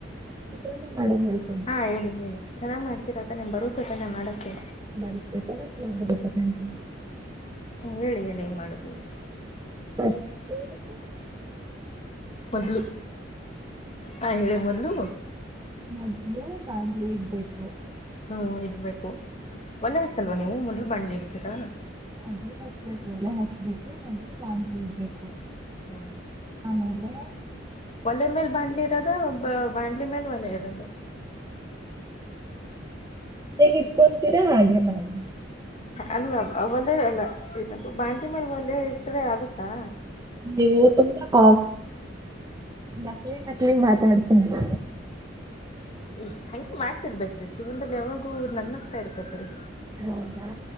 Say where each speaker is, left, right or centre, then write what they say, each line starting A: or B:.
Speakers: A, on the right; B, on the left.
A: ಚಿತ್ರಾನ್ನ ಮಾಡೋದು ಹೇಳ್.
B: ಹಾ ಹೇಳಿ ಹೇಳಿ ಚೆನ್ನಾಗ ಮಾಡ್ತೀರಾತಾನೇ ಬರುತ್ತೆ ತಾನೆ ಮಾಡಕ್ಕೆ.
A: ಬರತ್ತೆ ತುಂಬಾ ಚೆನ್ನಾಗಿ ಬರುತ್ತೆ ನಂಗೆ.
B: ಹು ಹೇಳಿ ಹೇಳಿ ಹೆಗ ಮಾಡೋದು ಹೇಳಿ.
A: ಫಸ್ಟು
B: ಮೊದ್ಲು ಹಾ ಹೇಳಿ ಮೊದ್ಲು.
A: ಮೊದ್ಲು ಬಾಂಡ್ಲಿ ಇಡಬೆಕು.
B: ಹು ಇಡಬೇಕು ವಲೆ ಹಚ್ಚವ್ವಾ ನೀವು ಮೊದ್ಲು ಬಾಂಡ್ಲಿ ಇಡರ್ತೀರಾ.
A: ಅದೆ ಹಚ್ಬೇಕು ಒಲೆ ಹಚ್ಬೇಕು ಮೊದ್ಲು ಬಾಂಡ್ಲಿ ಇಡ್ಬೇಕು.
B: ಹು
A: ಆಮ್ಯಾಲೆ.
B: ಒಲೆ ಮೇಲ ಬಾಂಡ್ಲಿ ಇಡೊದಾ ಬಾಂಡ್ಲಿ ಮೇಲ ಒಲೆ ಇಡೊದಾ.
A: ಹೇಗ ಇಟ್ಕೊಂತೀರಾ ಹಾಗೆ ಮಾಡಿ.
B: ಅಲ್ಲ ಒಲೆ ಅಲ್ಲ ಬಾಣಡ್ಲಿ ಮೇಲೆ ಒಲೆ ಇಟ್ರೆ ಆಗುತ್ತಾ.
A: ನೀ ತು ಕ ನಕಲಿ ನಕಲಿ ಮಾತಾಡತ್ತಾರೆ.
B: ಐಯ್ ಹಂಗೆ ಮಾಡ್ತಿರ್ಬೇಕ್ರೀ ಜೀವನದಲ್ಲಿ ಯಾವಾಗೂ ನಗನಗ್ತಾ ಇರ್ಬೇಕ್ರೀ.
A: ಹೌದಾ